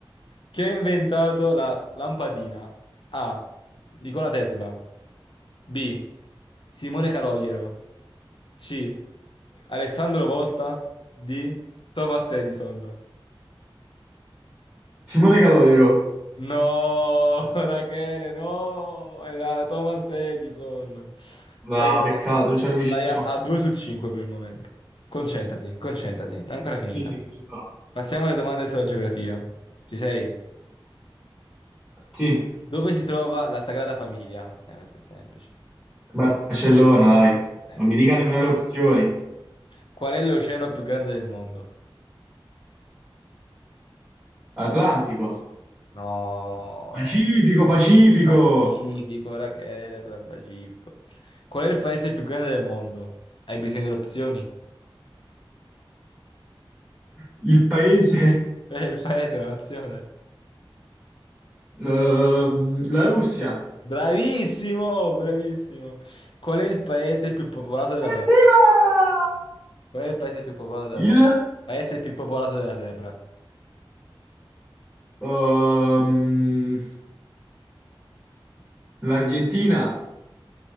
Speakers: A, on the left (about 65°); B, in the centre.
A: Chi ha inventato la lampadina? A. Nikola Tesla. B. Simone Calogero. C. Alessandro Volta. D. Thomas Edison.
B: Simone Caloiero.
A: No, <laughs> Rachele, no, era Thomas Edison. Sei
B: Ah,
A: a,
B: peccato, c'era vicino.
A: sei a- a 2 su 5 per il momento. Concentrati, concentrati, non è ancora finita.
B: Sì, sì, sì, ci sono.
A: Passiamo alle domande sulla geografia. Ci sei?
B: Sì.
A: Dove si trova la Sagrada Famiglia? Eh, questo è semplice.
B: Barcellona, dai.
A: Dai,
B: Non
A: questo-
B: mi dica nemmeno le opzioni.
A: Qual è l'oceano più grande del mondo?
B: Atlantico,
A: No,
B: Pacifico, Pacifico,
A: il Pacifico, Rachele, era il Pacifico. Qual è il paese più grande del mondo? Hai bisogno delle opzioni?
B: il paese,
A: È il paese, la nazione.
B: <laughs> ehm, la Russia.
A: Bravissimo, bravissimo. Qual è il paese più popolato della Terra?
B: Evviva!
A: Qual è il paese più popolato della
B: Il,
A: Terra? Paese più popolato della Terra.
B: ehm, l'Argentina,